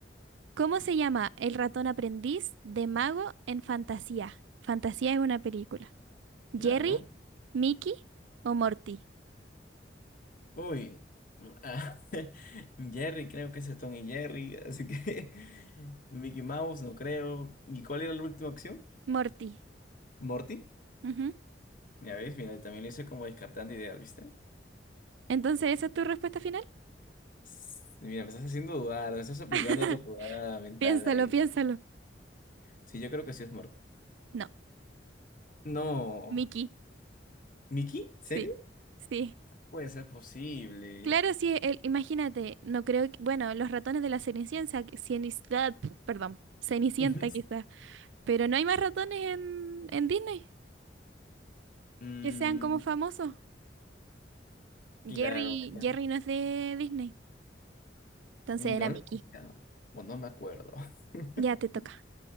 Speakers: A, on the right; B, on the left.
A: ¿Cómo se llama el ratón aprendiz de mago en Fantasía? Fantasía es una película. ¿Jerry,
B: Claro.
A: Mickey o Morty?
B: Uy. Ah, <laughs> Jerry, creo que ese es Tom y Jerry, así que <laughs> Mickey Mouse, no creo. ¿Y cuál era la última opción?
A: Morty.
B: ¿Morty?
A: Ujú.
B: Ya ves, mira, también lo hice como descartando ideas, ¿viste?
A: Entonces, ¿esa es tu respuesta final?
B: S- Mira, me estás haciendo dudar, me estás aplicando
A: <laughs>
B: tu jugada mental
A: Piénsalo,
B: ahí.
A: piénsalo.
B: Sí, yo creo que sí es Morty.
A: No,
B: No.
A: Mickey.
B: ¿Mickey? ¿Serio?
A: Sí, sí.
B: Puede ser posible.
A: Claro, sí, el- imagínate, no creo que, bueno, los ratones de la Cenicienta, que- ah, perdón, Cenicienta
B: <laughs>
A: quizás, pero no hay más ratones en, en Disney
B: Mm,
A: que sean como famosos. Jerry,
B: claro, claro.
A: Jerry no es de Disney, entonces
B: No
A: era Mickey.
B: lo he escuchado. O no me acuerdo. <laughs>
A: Ya te toca.